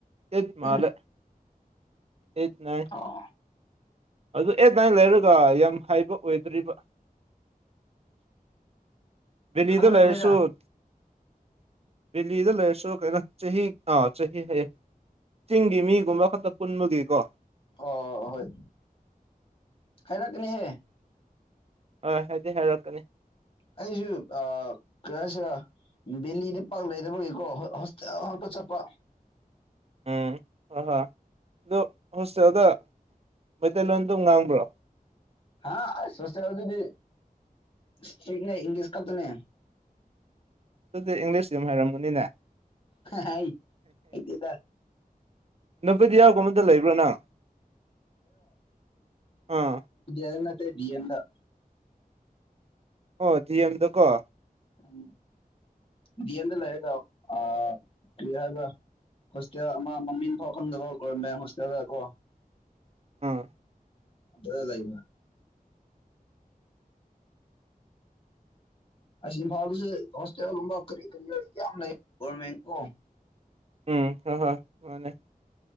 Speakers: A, on the right (about 40°); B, on the left (about 35°).
A: ꯑꯩꯠ ꯃꯥꯜꯂꯦ
B: ꯎꯝ
A: ꯑꯩꯠ ꯅꯥꯏꯟ
B: ꯑꯣ
A: ꯑꯥꯗꯣꯥ ꯑꯩꯠ ꯅꯥꯏꯟ ꯂꯩꯔꯒ ꯌꯥꯝ ꯍꯥꯏꯕ ꯑꯣꯏꯗ꯭ꯔꯤꯕ ꯗꯦꯜꯂꯤꯗ
B: ꯈꯪꯂꯛꯀꯅꯤꯗ
A: ꯂꯩꯔꯥꯁ ꯎꯝ ꯗꯦꯜꯂꯤꯗ ꯂꯩꯔꯁꯨ ꯀꯩꯅꯣ ꯆꯍꯤ ꯑꯥ ꯆꯍꯤ ꯍꯥꯏꯌꯦ ꯆꯤꯡꯒꯤ ꯃꯤꯒꯨꯝꯕ ꯈꯛꯇ ꯄꯨꯟꯕꯒꯤꯀꯣ
B: ꯑ ꯍꯣꯏ ꯍꯩꯔꯛꯅꯤꯍꯦ
A: ꯍꯣꯏ ꯍꯥꯏꯗꯤ ꯍꯥꯏꯔꯛꯀꯅꯤ
B: ꯑꯩꯁꯨ ꯑ ꯀꯩꯍꯥꯏꯁꯤꯔꯥ ꯗꯦꯂꯤꯗ ꯄꯥꯛ ꯂꯩꯔꯕꯒꯤꯀꯣ ꯍꯣꯁꯇꯦꯜꯍꯄꯠ ꯆꯠꯄ
A: ꯎꯝ ꯍ ꯍ ꯑꯗꯨꯣ ꯍꯣꯁꯇꯦꯜꯗ ꯃꯩꯇꯩꯂꯣꯟꯗ ꯉꯥꯡꯕ꯭ꯔꯣ
B: ꯍꯥꯥ ꯁꯣꯁ ꯌꯥ ꯑꯗꯨꯗꯤ ꯏꯁꯇꯥꯔꯤꯛꯅꯦ ꯏꯪꯂꯤꯁ ꯈꯛꯇꯅꯦ
A: ꯑꯗꯨꯗꯤ ꯏꯪꯂꯤꯁ ꯌꯥꯝ ꯍꯥꯏꯔꯝꯃꯅꯤꯅꯦ
B: ꯍꯩꯇꯦꯗꯥ
A: <unintelligible> ꯑꯥ
B: ꯑꯣꯠꯇꯦ ꯗꯤꯑꯟꯗ
A: ꯑꯣ ꯗꯤꯑꯦꯝꯗꯀꯣ
B: ꯎꯝ ꯗꯤꯑꯦꯝꯗ ꯂꯩꯔꯒꯥ ꯑ ꯀꯔꯤ ꯍꯥꯏꯕ꯭ꯔ ꯍꯣꯁꯇꯦꯜ ꯑꯃ ꯃꯃꯤꯡ ꯐꯥꯎ ꯈꯪꯗꯕꯣ ꯒꯣꯔꯔꯃꯦꯟ ꯍꯣꯁꯇꯦꯜꯗꯀꯣ
A: ꯎꯝ
B: ꯗ ꯂꯩꯕ ꯑꯁꯤ ꯏꯝꯐꯥꯜꯗꯁꯨ ꯍꯣꯁꯄꯤꯇꯦꯜꯒꯨꯝꯕ ꯀꯔꯤ ꯀꯔꯤ ꯌꯥꯝ ꯂꯩ ꯒꯃꯦꯟ ꯀꯣ
A: ꯎꯝ ꯍ ꯍꯣꯏ ꯃꯥꯅꯦ